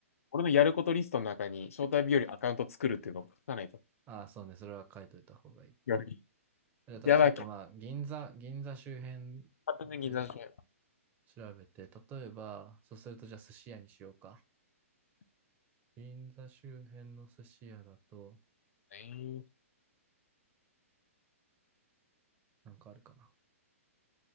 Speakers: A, on the left (about 70°); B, on the right (about 20°).
A: 俺のやることリストの中に、招待日和アカウント作るっていうのを書かないと。
B: ああ、そうね、それは書いといた方がいい。
A: やばい。
B: じゃあちょっとまあ、
A: やばい。完
B: 銀座、銀座周辺で
A: 全に銀座商
B: 調べて、例えば、そうするとじゃあ寿司屋にしようか。銀座周辺の寿司屋だと、
A: い
B: なんかあるかな。